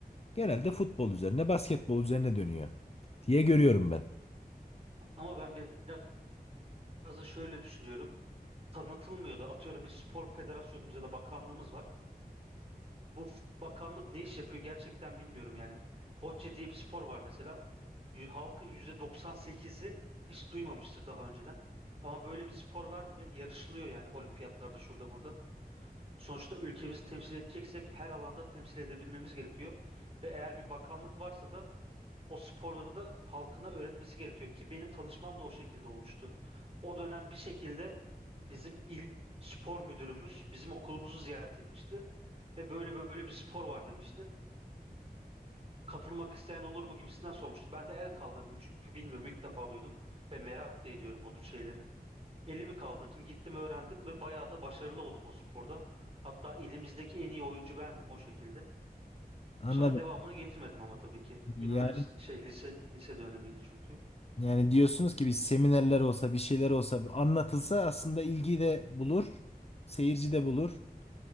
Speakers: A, on the left; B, on the right.
A: Genelde futbol üzerine, basketbol üzerine dönüyor diye görüyorum ben.
B: Ama ben biraz da şöyle düşünüyorum. Tanıtılmıyordu. Atıyorum bir spor federasyonumuz ya da bakanlığımız var. Bu f- bakanlık ne iş yapıyor gerçekten bilmiyorum yani. Bocce diye bir spor var mesela. Y- Halkın %98'i hiç duymamıştır daha önceden. Ama böyle bir spor var ve yarışılıyor yani olimpiyatlarda şurada burada. Sonuçta ülkemizi temsil edeceksek her alanda temsil edebilmemiz gerekiyor. Ve eğer bir bakanlık varsa da o sporları da halkına öğretmesi gerekiyor ki benim tanışmam da o şekilde olmuştu. O dönem bir şekilde bizim il spor müdürümüz bizim okulumuzu ziyaret etmişti ve böyle böyle bir spor var demişti katılmak isteyen olur mu gibisinden sormuştu. Ben de el kaldırdım çünkü bilmiyorum ilk defa duydum ve merak da ediyorum bu tür şeyleri. Elimi kaldırdım, gittim öğrendim ve bayağı da başarılı oldum o sporda. Hatta ilimizdeki en iyi oyuncu bendim o şekilde.
A: Anladım.
B: Sonra devamını getirmedim ama tabii ki.
A: Yani
B: Üniversite şey lise lise dönemiydi çünkü.
A: yani diyorsunuz ki bir seminerler olsa, bir şeyler olsa anlatılsa aslında ilgi de bulur, seyirci de bulur,